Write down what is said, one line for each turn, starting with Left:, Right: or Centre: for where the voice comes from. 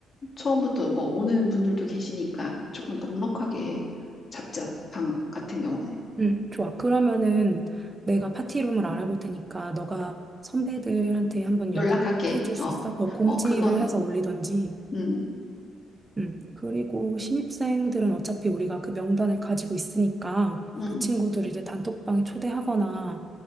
Left: 처음부터 뭐 오는 분들도 계시니까 조금 넉넉하게 잡자. 방 같은 경우는.
Right: 응, 좋아. 그러면은 내가 파티룸을 알아볼 테니까 너가 선배들한테 한번
Left: 연락할게.
Right: 연락해 줄 수
Left: 어,
Right: 있어? 뭐 공지를
Left: 어, 그거는.
Right: 해서 올리던지
Left: 음,
Right: 음, 그리고 신입생들은 어차피 우리가 그 명단을 가지고 있으니까
Left: 음.
Right: 그 친구들을 이제 단톡방에 초대하거나